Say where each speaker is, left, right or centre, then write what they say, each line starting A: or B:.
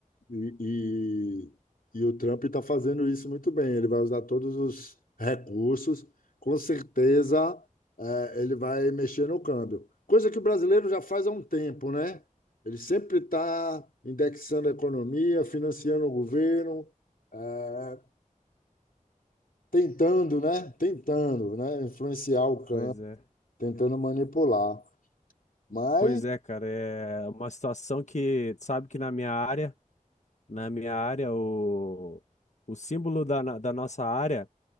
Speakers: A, on the left (about 85°); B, on the left (about 55°).
A: E, e, e o Trump está fazendo isso muito bem. Ele vai usar todos os recursos, com certeza, eh, ele vai mexer no câmbio. Coisa que o brasileiro já faz há um tempo, né? Ele sempre está indexando a economia, financiando o governo, eh, tentando, né? Tentando, né? Influenciar o câmbio,
B: Pois é.
A: tentando manipular. Mas
B: Pois é, cara, é uma situação que, sabe que na minha área, na minha área, o, o símbolo da, na- da nossa área